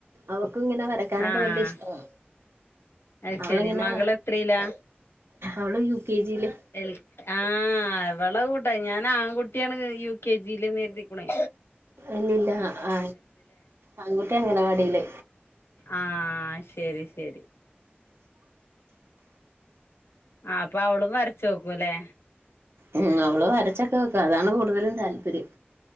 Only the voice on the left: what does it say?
ആഹ്
അത്
ശരി മകള് എത്രയിലാ
എൽ ആ അവളെ കൂട്ടാ ഞാൻ ആൺകുട്ടിയാണ് യു കെ ജില്ന്ന് കരുതീക്കുണ്
ആ ശെരി ശെരി ആ അപ്പൊ അവളും വരച്ചു നോക്കുവല്ലേ